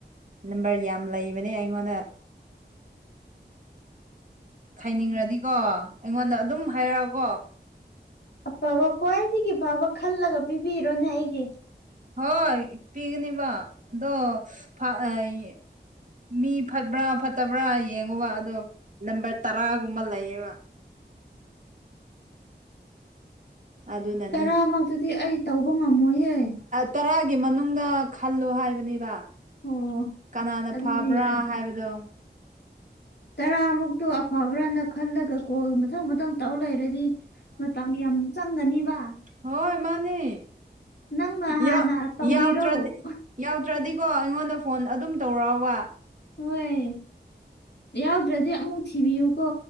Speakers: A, on the right; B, on the left.
A: ꯅꯝꯕꯔ ꯌꯥꯝ ꯂꯩꯕꯅꯦ ꯑꯩꯉꯣꯟꯗ꯫ ꯈꯥꯏꯅꯤꯡꯔꯗꯤꯀꯣ ꯑꯩꯉꯣꯟꯗ ꯑꯗꯨꯝ ꯍꯥꯏꯔꯛꯑꯣꯀꯣ꯫
B: ꯑꯐꯕ ꯈ꯭ꯋꯥꯏꯗꯒꯤ ꯐꯕ ꯈꯜꯂꯒ ꯄꯤꯕꯤꯔꯣꯅꯦ ꯑꯩꯒꯤ꯫
A: ꯍꯣꯏ ꯄꯤꯒꯅꯦꯕ ꯑꯗꯣ ꯐ ꯑꯩ ꯃꯤ ꯐꯠꯕ꯭ꯔꯥ ꯐꯠꯇꯕ꯭ꯔꯥ ꯌꯦꯡꯉꯣꯕ ꯑꯗꯣ ꯅꯝꯕꯔ ꯇꯔꯥꯒꯨꯝꯕ ꯂꯩꯌꯦꯕ꯫ ꯑꯗꯨꯅꯅꯦ
B: ꯇꯔꯥꯃꯛꯇꯨꯗꯤ ꯑꯩ ꯇꯧꯕ ꯉꯝꯃꯣꯏꯍꯦ꯫
A: ꯇꯔꯥꯒꯤ ꯃꯅꯨꯡꯗ ꯈꯜꯂꯣ ꯍꯥꯏꯕꯅꯦꯗ꯫
B: ꯑꯣ
A: ꯀꯅꯥꯅ
B: ꯑꯗꯨꯗꯤ
A: ꯐꯕ꯭ꯔꯥ
B: ꯌꯥꯏ
A: ꯍꯥꯏꯕꯗꯣ꯫
B: ꯇꯔꯥꯃꯨꯛꯇꯣ ꯑꯐꯕ꯭ꯔꯥꯅ ꯈꯜꯂꯒ ꯀꯣꯜ ꯃꯊꯪ ꯃꯊꯪ ꯇꯧ ꯂꯩꯔꯗꯤ꯫ ꯃꯇꯝ ꯌꯥꯝ ꯆꯪꯒꯅꯤꯕ꯫
A: ꯍꯣꯏ ꯃꯥꯟꯅꯦ
B: ꯅꯪꯅ ꯍꯥꯟꯅ
A: ꯌꯥꯎ
B: ꯇꯧꯕꯤꯔꯣ
A: ꯌꯥꯎꯇ꯭ꯔꯥꯗꯤ ꯌꯥꯎꯇ꯭ꯔꯗꯤꯀꯣ ꯑꯩꯉꯣꯟꯗ ꯐꯣꯟ ꯑꯗꯨꯝ ꯇꯧꯔꯛꯑꯣꯕ꯫
B: ꯍꯣꯏ ꯌꯥꯎꯗ꯭ꯔꯗꯤ ꯑꯃꯨꯛ ꯊꯤꯕꯤꯌꯨꯀꯣ꯫